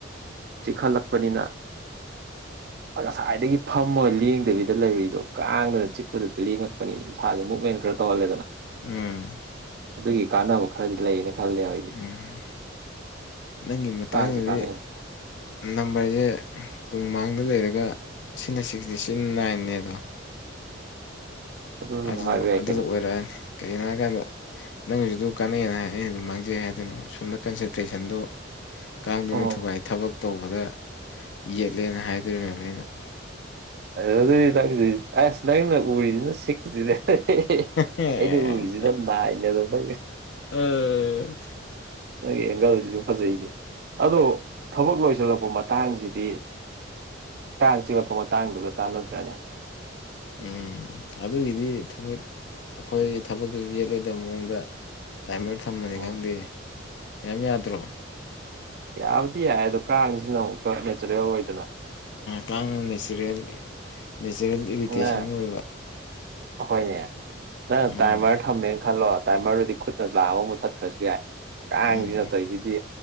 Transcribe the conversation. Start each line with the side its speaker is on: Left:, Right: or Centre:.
Right: ꯆꯤꯛꯈꯠꯂꯛꯄꯅꯤꯅ
Left: <inaudible>
Right: ꯉꯁꯥꯏꯗꯒꯤ ꯐꯝꯃꯒ ꯂꯦꯡꯗꯕꯤꯗ ꯂꯩꯔꯤꯗꯣ ꯀꯥꯡꯗꯨꯅ ꯆꯤꯛꯄꯗ ꯂꯦꯡꯉꯛꯄꯅꯤ ꯏꯁꯥꯁꯦ ꯃꯨꯞꯚꯃꯦꯟ ꯈꯔ ꯇꯧꯍꯜꯂꯦꯗꯅ
Left: ꯎꯝ
Right: ꯑꯗꯨꯒꯤ ꯀꯥꯟꯅꯕ ꯈꯔꯗꯤ ꯂꯩꯌꯦꯅ ꯈꯜꯂꯦ ꯑꯩꯗꯤ
Left: ꯎꯝ ꯅꯪꯒꯤ ꯃꯇꯥꯡꯗꯗꯤ
Right: ꯀꯥꯡꯁꯦ ꯀꯥꯟꯅꯩ
Left: ꯅꯝꯕꯔꯁꯦ ꯇꯨꯡ ꯃꯥꯡꯗ ꯂꯩꯔꯒ ꯁꯤꯅ ꯁꯤꯛꯁꯅꯦ ꯁꯤꯅ ꯅꯥꯏꯟꯅꯦ ꯗꯣ
Right: ꯑꯗꯨ
Left: ꯑꯗꯨꯗ
Right: ꯍꯥꯏꯕ ꯌꯥꯏ
Left: ꯑꯗꯨꯗꯣ
Right: ꯀꯩꯅꯣ
Left: ꯑꯣꯏꯔꯛꯑꯅꯤ ꯀꯩꯒꯤꯅꯣ ꯍꯥꯏꯀꯥꯟꯗ ꯅꯪꯒꯤꯁꯨꯗꯨ ꯀꯥꯟꯅꯩꯅ ꯑꯩꯅ ꯑꯗꯨ ꯃꯥꯡꯖꯩ ꯍꯥꯏꯗꯨꯅꯦ ꯁꯣꯝꯗ ꯀꯟꯁꯦꯟꯇ꯭ꯔꯦꯁꯟꯗꯣ ꯀꯥꯡꯗꯨꯅ
Right: ꯑꯣ
Left: ꯊꯨꯒꯥꯏ ꯊꯕꯛ ꯇꯧꯕꯗ ꯌꯦꯠꯂꯦꯅ ꯍꯥꯏꯗꯣꯔꯤꯕꯅꯦꯅ
Right: ꯑꯗꯨ ꯇ ꯑꯁ ꯅꯪꯅ ꯎꯔꯤꯁꯤꯅ ꯁꯤꯁꯤꯅꯦ ꯑꯩꯅ
Left: ꯑꯦ
Right: ꯎꯔꯤꯁꯤꯅ ꯅꯥꯏꯅꯦ ꯑꯗꯨ ꯅꯪ
Left: ꯑꯣ
Right: ꯅꯪꯒꯤ ꯑꯦꯡꯒꯜꯁꯤꯁꯨ ꯐꯖꯩꯅꯦ ꯑꯗꯣ ꯊꯕꯛ ꯂꯣꯏꯁꯤꯜꯂꯛꯄ ꯃꯇꯥꯡꯁꯤꯗꯤ ꯀꯥꯡ ꯆꯤꯛꯂꯛꯄ ꯃꯇꯥꯡꯗꯨꯒ ꯆꯥꯟꯅꯗ꯭ꯔꯅꯦ
Left: ꯎꯝ ꯑꯗꯨꯒꯤꯗꯤ ꯊꯕꯛ ꯑꯩꯈꯣꯏ ꯊꯕꯛꯇꯨꯁꯨ ꯌꯦꯠꯂꯣꯏꯗꯕ ꯃꯑꯣꯡꯗ ꯇꯥꯏꯃꯔ ꯊꯝꯃꯅꯤ
Right: ꯎꯝ
Left: ꯈꯪꯗꯦ ꯌꯥꯝ ꯌꯥꯗ꯭ꯔꯣ
Right: ꯌꯥꯕꯨꯗꯤ ꯌꯥꯏ ꯑꯗꯣ ꯀꯥꯡꯁꯤꯅ ꯑꯃꯨꯛꯀ ꯅꯦꯆꯔꯦꯜ ꯑꯣꯏꯗꯅ
Left: ꯀꯥꯡꯅ ꯅꯦꯆꯔꯦꯜ ꯅꯦꯆꯔꯦꯜ ꯏꯔꯤꯇꯦꯁꯟ
Right: ꯅ
Left: ꯑꯣꯏꯕ
Right: ꯑꯩꯈꯣꯏꯅꯦ ꯅꯪ
Left: ꯎꯝ
Right: ꯇꯥꯏꯃꯔ ꯊꯝꯃꯦꯅ ꯈꯜꯂꯣ ꯇꯥꯏꯃꯔꯗꯨꯗꯤ ꯈꯨꯠꯅ ꯂꯥꯝꯃ ꯃꯨꯠꯊꯠꯈ꯭ꯔꯁꯨ ꯌꯥꯏ ꯀꯥꯡꯁꯤꯅ
Left: ꯎꯝ
Right: ꯇꯧꯁꯤꯗꯤ